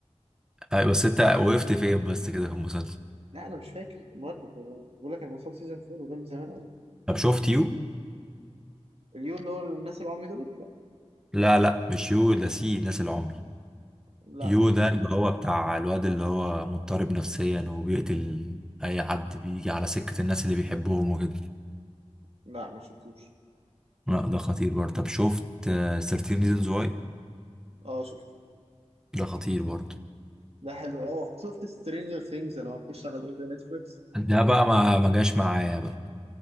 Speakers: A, in the centre; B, on the right.
A: أيوة، بس انت وقفت فين بس كده في المسلسل
B: لا انا مش فاكر المهم ب- ب- بقول لك انا وصلت سيزون 4 وده من زمان قوي
A: طب شفت يو
B: اليو اللي هو الناس العمي دول لا
A: لا لا مش يو ده سي ناس العمي
B: لا
A: يو
B: ما شفتوش
A: ده اللي
B: ده
A: هو بتاع الواد اللي هو مضطرب نفسيا وبيقتل اي حد بيجي على سكة الناس اللي بيحبهم وكده
B: لا ما شفتوش
A: لا ده خطير برضه طب شفت 13 ريزونز واي
B: اه شفته
A: ده خطير برضه
B: ده حلو اه شفت سترينجر ثينجز انا ما اعرفش على جزء نتفليكس
A: ده بقى ما ما جاش معايا بقى.